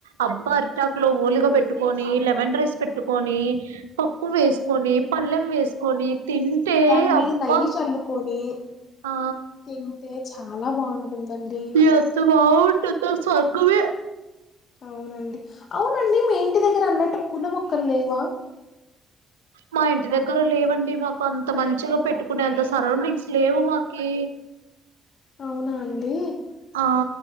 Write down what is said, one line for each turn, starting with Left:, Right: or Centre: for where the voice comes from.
Right: అబ్బా అరిటాక్లో
Left: అవునండి
Right: ఓలిగా పెట్టుకొని, లెమన్ రైస్ పెట్టుకొని. పప్పు వేసుకొని పల్లెం వేసుకొని తింటే
Left: దాని మీద
Right: అబ్బా
Left: నెయ్యి చల్లుకొని
Right: ఆ
Left: తింటే చాలా బాగుంటుందండి.
Right: ఎంత బాగుంటుందో స్వర్గమే
Left: అవునండి అవున్ అండి మీ ఇంటి దగ్గర అన్నట్టు పూల మొక్కలు లేవా.
Right: మా ఇంటి దగ్గర లేవండి మాకు అంత మంచిగా పెట్టుకునే అంత సరౌండింగ్స్ లేవు మాకి.
Left: అవునా అండి
Right: ఆ ఆ